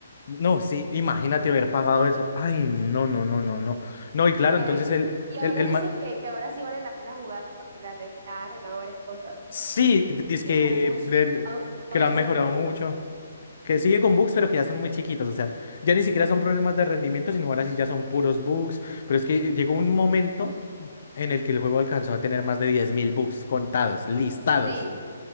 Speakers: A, on the left; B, on the right.
A: No, sí, imagínate haber pagado eso. Ay, no, no, no, no, no. No, y claro,
B: A
A: entonces
B: ver,
A: el,
B: y ahora
A: el, el
B: dicen
A: ma-
B: que, que ahora sí vale la pena jugarlo porque le arregl- ha arreglado varias cosas.
A: sí, dice
B: Sigue
A: que,
B: con bugs.
A: del-
B: Au- Todavía
A: que lo han
B: sigue
A: mejorado
B: con
A: mucho,
B: bugs.
A: que sigue con bugs, pero que ya son muy chiquitos, o sea, ya ni siquiera son problemas de rendimiento, sino ahora sí ya son puros bugs, pero es que llegó un momento en el que el juego alcanzó a tener más de 10.000 bugs contados, listados.
B: Sí.